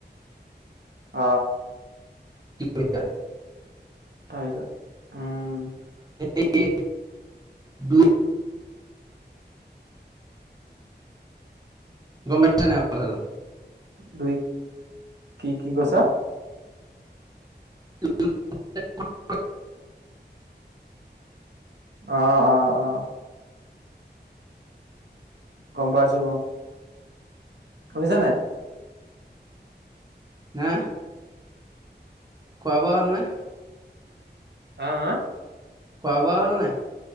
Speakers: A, on the right (about 70°); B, on the right (about 20°).
A: হ
B: কি কৈছা
A: তা পিছত উম
B: এই দু গম্ পাইছ নাই কথা টো
A: দুই কি কি কৈছা
B: <unintelligible>
A: অ অ অ গম পাইছো বাও শুনিছা নাই
B: হা খোৱা বোৱা হল নে
A: হা হা
B: খোৱা -বোৱা হ'ল নাই?